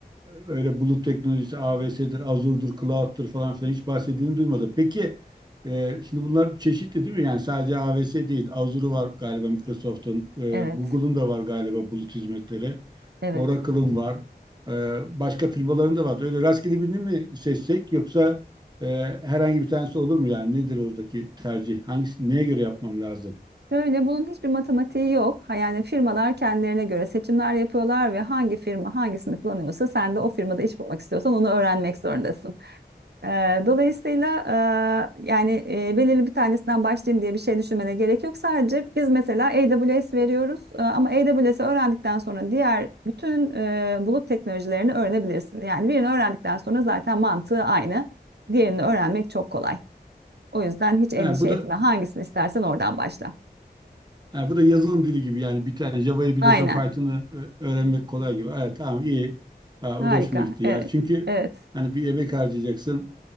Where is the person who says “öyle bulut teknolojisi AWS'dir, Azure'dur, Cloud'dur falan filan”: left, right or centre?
Right